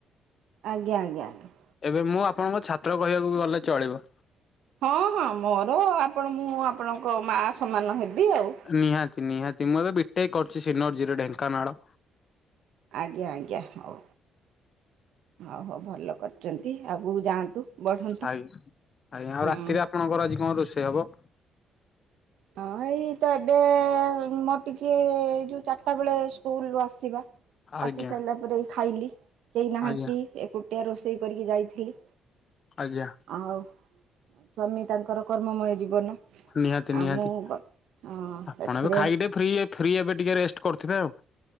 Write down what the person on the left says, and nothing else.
ଏବେ ମୁଁ ଆପଣଙ୍କ ଛାତ୍ର କହିବାକୁ ଗଲେ ଚଳିବ।
ନିହାତି ନିହାତି ମୁଁ ଏବେ ବିଟେକ୍ କରୁଛି ସିିନୋରଜିରେ ଢ଼େଙ୍କାନାଳ
ଆଜ୍ଞା, ଆଜ୍ଞା ଆଉ
ରାତିରେ ଆପଣଙ୍କର ଆଜି କଣ ରୋଷେଇ ହବ?
ଆଜ୍ଞା
ଆଜ୍ଞା
ଆଜ୍ଞା।
ନିହାତି
ନିହାତି
ଆପଣ
ଏବେ ଖାଇକି ଟିକେ ଫ୍ରି ଫ୍ରି ଏବେ ଟିକେ ରେଷ୍ଟ କରୁଥିବେ ଆଉ।